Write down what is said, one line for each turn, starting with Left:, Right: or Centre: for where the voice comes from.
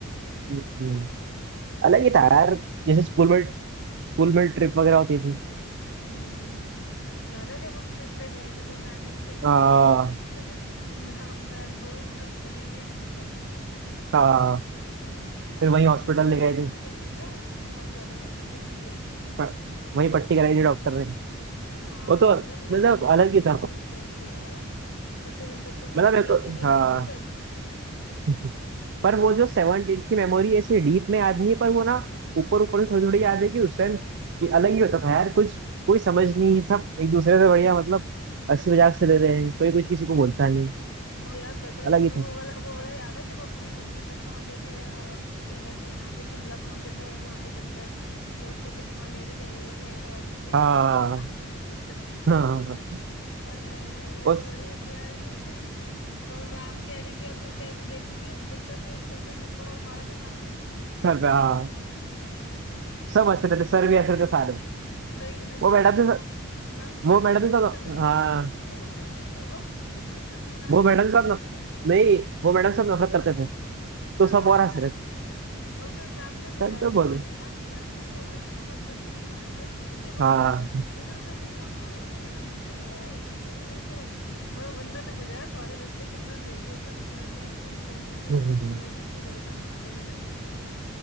Right: हम्म, अलग ही था यार जैसे स्कूल में स्कूल में ट्रिप वगैरह होती थी
Left: हम्म याद है जब हम ट्रिप पे गए थे तो मैं भी क्या कहते
Right: हाँ
Left: हैं <laughs> मैं मैं बहुत बर्फ से गिर गई थी नीचे <laughs>
Right: हाँ
Left: यार
Right: फिर वहीं
Left: बड़ी
Right: हॉस्पिटल
Left: तेज लगी
Right: ले गए
Left: थी
Right: थे
Left: मुझे पता है बहुत ज्यादा लगी थी मुझे
Right: प- वही पट्टी कराई थी डॉक्टर ने
Left: हाँ
Right: वो तो
Left: पता है मुझे
Right: मतलब
Left: लगी बहुत
Right: अलग
Left: तेज
Right: ही था
Left: थी उस टाइम पे यार कितने दिन तक तो मेरा
Right: मतलब एक
Left: ठीक ही नहीं
Right: हाँ
Left: हुआ था सर
Right: <laughs> पर वो जो सेवन डेज की मेमोरी ऐसे डीप में याद नहीं है पर वो ना ऊपर ऊपर में थोड़ी थोड़ी याद है कि उस टाइम कि अलग ही होता था यार कुछ कोई समझ नहीं सब एक दूसरे से बढ़िया मतलब हंसी मजाक से ले रहे हैं कोई कुछ किसी को बोलता नहीं
Left: और यार पता है
Right: अलग
Left: तुम्हें
Right: ही था
Left: वो वाला वो वाला याद है जब अपने म- मतलब पहुंचे थे आ, क्या कहते हैं यहाँ पे शिमला पहुंचे थे और जहाँ पे बंदर वो उसका चश्मा लेके चले गए थे अम, गेम्स
Right: हाँ
Left: वाली मैम का <laughs>
Right: हाँ हाँ
Left: ओए हाय मेरे
Right: वो
Left: को बड़ी हंसी आ रही थी उस टाइम पे और मैम कह रही कि अब मैं कैसे देखूंगी बंदर ने एक सर पे थप्पड़ और मारा था मैम को
Right: सर पे हाँ
Left: <laughs>
Right: सब
Left: ओ
Right: हंस रहे
Left: भाई
Right: थे सर भी हंस रहे थे सारे
Left: सही हंसेंगे
Right: वो मैडम
Left: ही
Right: से
Left: वो मैम बड़ा
Right: वो मैडम
Left: आगे
Right: के
Left: आगे
Right: साथ
Left: चल रही
Right: हाँ
Left: थी कि मेरे पीछे चलो मेरे पीछे चलो <laughs> मैम
Right: वो
Left: को
Right: मैडम
Left: ही बजाया
Right: के साथ नफ...
Left: उसने
Right: नहीं वो मैडम से सब नफरत करते थे तो
Left: हाँ,
Right: सब और हंस रहे थे
Left: और फिर मैम को ही
Right: सच
Left: बजाया
Right: तो
Left: बंदर
Right: बोलो
Left: ने मैम मैम यार ओवर एक्टिंग बहुत करती थी ना मेरे पीछे चलो
Right: हाँ
Left: इधर उधर नहीं जाना ऐसे ही तो लाइन में रहो ये करो वो करो और बंदर ने बजाया सारे बच्चे कितना जोर जोर से हंस रहे थे इतनी इंसल्टिंग फील
Right: लगी
Left: इतना ह्यूमिलेटिंग फील हो रहा था मैम को भी ना